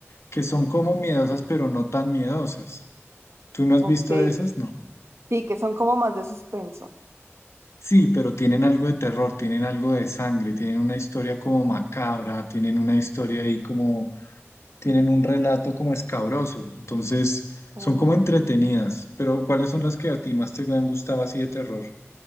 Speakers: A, on the left; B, on the right.
A: que son como miedosas, pero no tan miedosas. ¿Tú no has
B: Ok,
A: visto de esas? No.
B: sí, que son como más de suspenso.
A: Sí, pero tienen algo de terror, tienen algo de sangre, tienen una historia como macabra, tienen una historia ahí como, tienen un relato como escabroso. Entonces,
B: Sí.
A: son como entretenidas. Pero, ¿cuáles son las que a ti más te han gustado así de terror?